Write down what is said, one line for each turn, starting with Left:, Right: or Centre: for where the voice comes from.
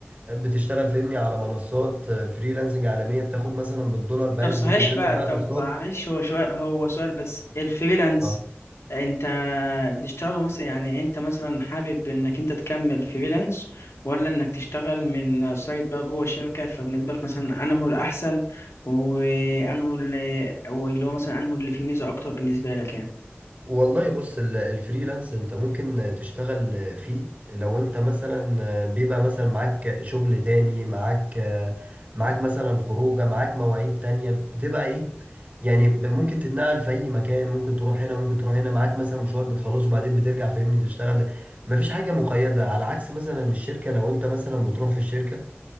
Right: بتشتغل فهمني على منصات فريلانسنج عالمية بتاخد مثلا بالدولار بقت
Left: طب صحيح
Right: بتنزل
Left: بقى
Right: لك بقى
Left: طب
Right: تاسكات
Left: معلش هو شوية هو سؤال بس الفريلانس
Right: اه
Left: انت بتشتغله مثلا يعني انت مثلا حابب انك انت تكمل فريلانس ولا انك تشتغل من سايت بقى جوه شركة فبالنسبة لك مثلا انه الاحسن وانه اللي واللي هو مثلا انه اللي فيه ميزة اكتر بالنسبة لك يعني
Right: والله بص ال- الفريلانس انت ممكن تشتغل فيه لو انت مثلا بيبقى مثلا معاك شغل تاني معاك معاك مثلا خروجه معاك مواعيد تانية بتبقى ايه يعني ب- ممكن تتنقل في اي مكان ممكن تروح هنا ممكن تروح هنا معاك مثلا مشوار بتخلصه وبعدين بترجع فاهمني تشتغل مفيش حاجة مقيدة على عكس مثلا الشركة لو انت مثلا بتروح في الشركة